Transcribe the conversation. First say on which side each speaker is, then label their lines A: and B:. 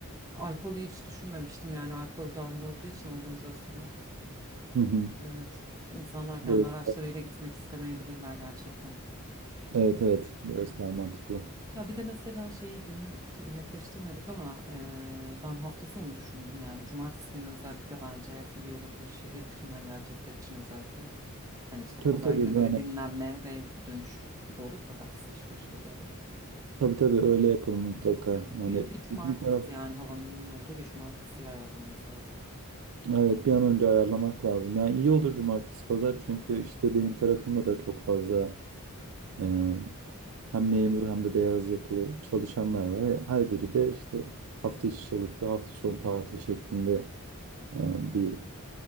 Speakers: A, on the right; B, on the right.
A: Alkolü hiç düşünmemiştim yani alkol dahil olduğu için organizasyona.
B: Hı hı.
A: Evet. İnsanlar kendi
B: Böyle,
A: araçlarıyla gitmek istemeyebilirler gerçekten.
B: evet evet böyle daha mantıklı.
A: Ya bir de mesela şeyi günü tabii netleştirmedik ama eee, ben hafta sonu düşündüm yani cumartesi günü özellikle bence iyi olabilir şehir dışından gelecekler için özellikle. Hani işte
B: Tabii
A: pazar
B: tabii
A: günü böyle
B: yani
A: dinlenme ve dönüş gibi olur. Pazartesi işbaşı gibi olur.
B: tabii tabii öyle yapalım mutlaka.
A: Cu-
B: Yani
A: Bir, bir cumartesi
B: bizim taraf
A: yani havanın iyi olduğu bir cumartesiyi ayarlamamız lazım.
B: evet bir an önce ayarlamak lazım. Yani iyi olur cumartesi pazar çünkü işte benim tarafımda da çok fazla e, hem memur hem de beyaz yakalı çalışanlar var. Her biri de işte hafta içi çalışıyor, hafta sonu tatil şeklinde e, bir